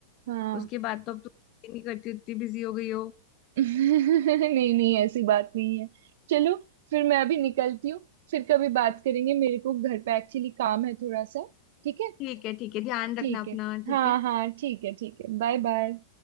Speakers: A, on the right; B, on the left.
A: हाँ
B: उसके बाद तो अब तुम नहीं करती उतनी बिजी हो गई हो
A: <laughs> नहीं नहीं ऐसी बात नहीं है चलो फिर मैं अभी निकलती हूँ फिर कभी बात करेंगे मेरे को घर पे एक्चुअली काम है थोड़ा सा ठीक है
B: ठीक है ठीक है ध्यान रखना
A: ठीक है
B: अपना
A: हाँ
B: ठीक है
A: हाँ ठीक है ठीक है बाय बाय